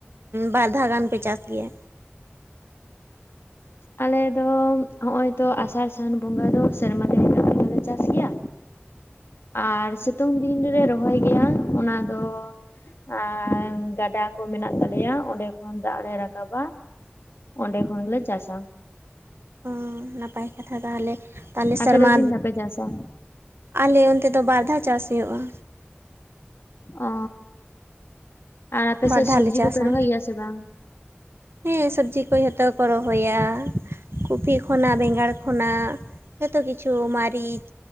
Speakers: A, on the right (about 75°); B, on the left (about 75°).
A: ᱵᱟᱨ ᱫᱷᱟᱣ ᱜᱟᱱ ᱯᱮ ᱪᱟᱥ ᱜᱮᱭᱟ
B: ᱟᱞᱮ ᱫᱚ ᱦᱚᱸᱜ-ᱚᱚᱭ ᱛᱚ ᱟᱥᱟᱲ ᱥᱟᱱ ᱵᱚᱸᱜᱟ ᱫᱚ ᱥᱮᱨᱢᱟ ᱫᱤᱱ ᱦᱤᱞᱳᱜ ᱜᱮᱜᱞᱮ ᱪᱟᱥ ᱜᱮᱭᱟ
A: ᱦ
B: ᱟᱨ ᱥᱤᱛᱩᱝ ᱫᱤᱱ ᱨᱮᱞᱮ ᱨᱚᱦᱚᱭ ᱜᱮᱭᱟ ᱚᱱᱟ ᱫᱚ ᱟᱨ ᱜᱟᱰᱟ ᱠᱚ ᱢᱮᱱᱟᱜ ᱛᱟᱞᱮᱭᱟ ᱚᱸᱰᱮ ᱠᱷᱚᱱ ᱫᱟᱜ ᱞᱮ ᱨᱟᱠᱟᱵᱟ ᱚᱸᱰᱮ ᱠᱷᱚᱱ ᱜᱮᱞᱮ ᱪᱟᱥᱟ
A: ᱚ ᱱᱟᱯᱟᱭ ᱠᱟᱛᱷᱟ ᱛᱟᱦᱞᱮ ᱛᱟᱦᱞᱮ ᱥᱮᱨᱢᱟ
B: ᱟᱯᱮ ᱫᱚ ᱛᱤᱱ ᱫᱷᱟᱣ ᱯᱮ ᱪᱟᱥᱟ
A: ᱟᱞᱮ ᱚᱱᱛᱮ ᱫᱚ ᱵᱟᱨ ᱫᱷᱟᱣ ᱪᱟᱥ ᱦᱩᱭᱩᱜᱼᱟ
B: ᱚ, ᱟᱨ ᱟᱯᱮ
A: ᱵᱟᱨ
B: ᱥᱮᱡ
A: ᱫᱷᱟᱣ
B: ᱥᱚᱵᱡᱤ
A: ᱞᱮ ᱪᱟᱥᱟ
B: ᱠᱚᱯᱮ ᱨᱚᱦᱚᱭ ᱜᱮᱭᱟ ᱥᱮ ᱵᱟᱝ
A: ᱦᱮᱸ ᱥᱚᱵᱽᱡᱤ ᱠᱚ ᱡᱷᱚᱛᱚ ᱠᱚ ᱨᱚᱦᱚᱭᱟ ᱠᱚᱯᱤ ᱠᱷᱚᱱᱟᱜ ᱵᱮᱸᱜᱟᱲ ᱠᱷᱚᱱᱟᱜ ᱡᱚᱛᱚ ᱠᱤᱪᱷᱩ ᱢᱟᱹᱨᱤᱪ